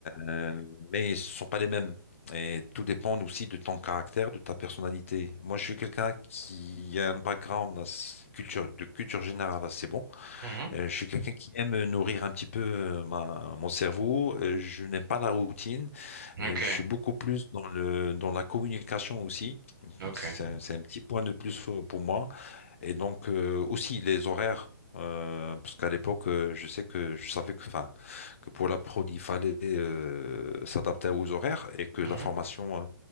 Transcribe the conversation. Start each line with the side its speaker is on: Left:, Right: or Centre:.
Left: euh, mais ce ne sont pas les mêmes. Et tout dépend aussi de ton caractère, de ta personnalité. Moi, je suis quelqu'un qui a un background à s- culture, de culture générale assez bon.
Right: Mhm.
Left: Euh, je suis quelqu'un qui aime euh, nourrir un petit peu euh, ma- mon cerveau. Euh, je n'aime pas la routine.
Right: Ok,
Left: Euh, je suis beaucoup plus dans le, dans la communication aussi.
Right: ok.
Left: C'est un, c'est un petit point de plus euh, pour moi. Et donc euh, aussi les horaires. euh, parce qu'à l'époque, euh, je sais que je savais que, enfin, que pour la prod, il fallait euh, s'adapter aux horaires et que
Right: Mhm.
Left: la formation euh,